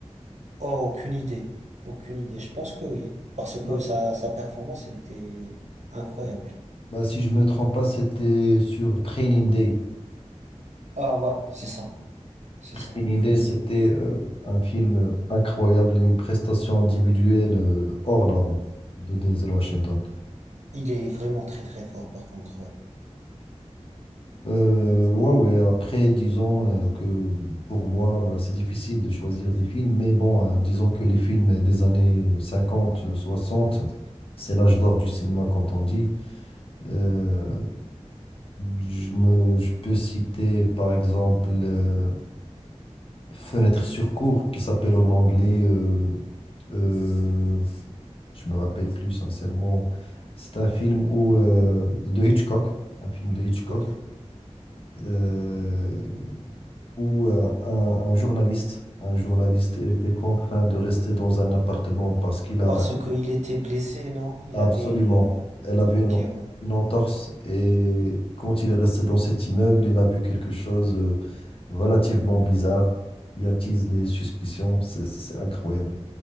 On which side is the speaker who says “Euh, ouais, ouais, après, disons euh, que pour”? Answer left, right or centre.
Left